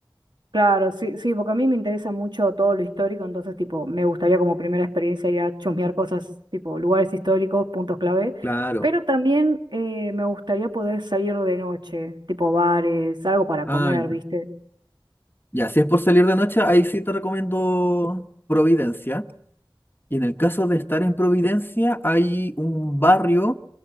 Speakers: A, on the right; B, on the left.
A: Claro, sí, sí, porque a mí me interesa mucho todo lo histórico, entonces, tipo, me gustaría como primera experiencia ya chusmear cosas, tipo, lugares históricos, puntos clave,
B: Claro.
A: pero también eh, me gustaría poder salir de noche, tipo bares, algo para comer,
B: Ah, ya.
A: ¿viste?
B: Ya, si es por salir de noche, ahí sí te recomiendo Providencia. Y en el caso de estar en Providencia, hay un barrio